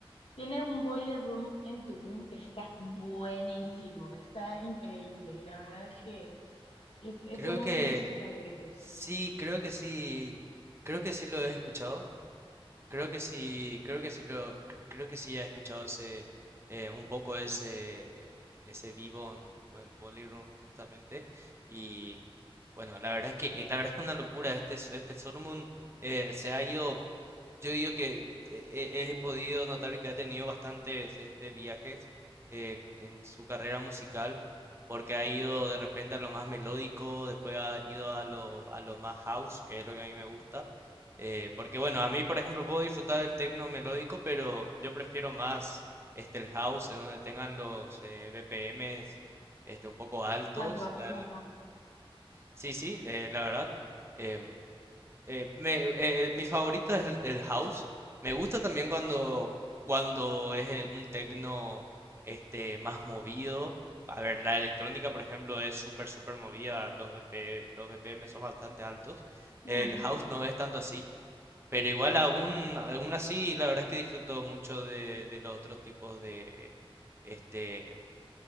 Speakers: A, on the left; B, on the right.
A: Tiene un Boiler Room en Tulum que está buenísimo, está increíble. Y la verdad es que es, es
B: Creo
A: uno
B: que
A: de mis favoritos.
B: sí, creo que sí, creo que sí lo he escuchado. Creo que sí, creo que sí lo, cre- creo que sí he escuchado ese, eh, un poco ese, ese vivo en, en Bolly Room justamente. Y bueno, la verdad es que, eh, la verdad es que una locura. Este, s- este Solomon eh, se ha ido, yo digo que eh, eh, he podido notar que ha tenido bastantes este, viajes eh, en su carrera musical, porque ha ido de repente a lo más melódico, después ha ido a lo, a lo más house, que es lo que a mí me gusta. Eh, porque bueno, a mí por ejemplo puedo disfrutar del techno melódico, pero yo prefiero más este el house en donde tengan los eh, BPMs este un poco altos.
A: Más va,
B: La-
A: más,
B: la-
A: ajá.
B: sí, sí, eh, la verdad. em, eh, me- eh, mi favorito es el, el house. Me gusta también cuando cuando es eh, un techno este más movido. A ver, la electrónica, por ejemplo, es súper, súper movida, los BP, los BPM son bastante altos.
A: Ujú.
B: El house no es tanto así. Pero igual aún, aún así, la verdad es que disfruto mucho de, de los otros tipos de, este,